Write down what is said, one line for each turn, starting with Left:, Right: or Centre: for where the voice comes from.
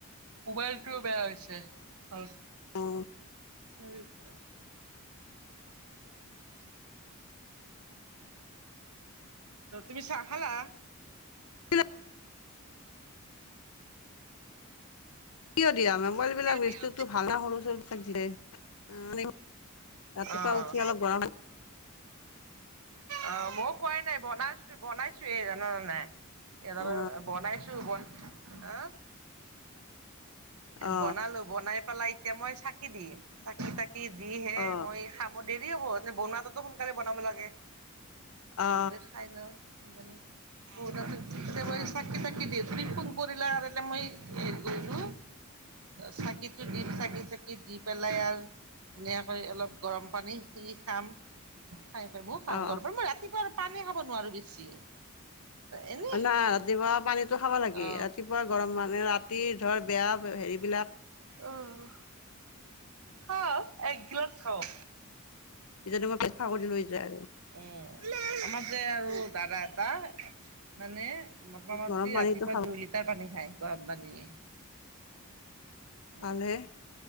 Right: মোবাইলটোও বেয়া হৈছে ভাল।
Left: অঁ।
Right: হেই ৰখ। ত তুমি চাহ খালা?
Left: এইবিলাক কিয় দিয়া মোবাইল বিলাক
Right: দিয়া
Left: বস্তুতো
Right: দিয়া।
Left: ভাল ন সৰু চৰু থাকে। ৰাতিপুৱা
Right: অ'।
Left: উঠি অলপ গৰম।
Right: অ মই খোৱাই নাই বনাইছো বনাইছোয়ে জান জানাই। এৰা
Left: অ
Right: বাৰু বনাইছো বনা
Left: অ
Right: বনালো বনাই পেলাই এতিয়া মই চাকি দিম চাকি তাকি কি দি হে
Left: অ
Right: মই খামত দেৰি হ'ব এ বনোৱাটোতো সোনকালে বনাব লাগে। সিহঁতে
Left: অ
Right: খাই ন' সোনকালে, মই
Left: অ
Right: নো চাকি চাকি দিম। তুমি ফোন কৰিলা কাৰণে মই ই গেলো। চাকিটো দিম চাকি চাকি দিম। পেলাই আৰ ধুনীয়াকৈ অলপ গৰম পানী পি খাম। খাই প মই খা
Left: অ অ
Right: ঘৰৰ পৰা মই ৰাতিপুৱা পানী খাব নোৱাৰো বেছি। এনেই
Left: নাই ৰাতিপুৱা পানীটো খাব লাগে
Right: অ
Left: ৰাতিপুৱা গৰম মানে ৰাতি ধৰ বেয়া হেৰিবিলাক,,,
Right: অঁ খাওঁ এক গিলাচ খাওঁ।
Left: ইিজদি মই প্ৰেফাৰ কৰি লৈ যায় আৰু।
Right: উমঁ। আমাৰ যে আৰু দাদা এটা। মানে মোটামুটি
Left: গৰম পানীটো
Right: ৰাতিপুৱা
Left: খাব
Right: দুই লিটাৰ পানী খায় গৰম পানীয়ে। উম
Left: ভালহে।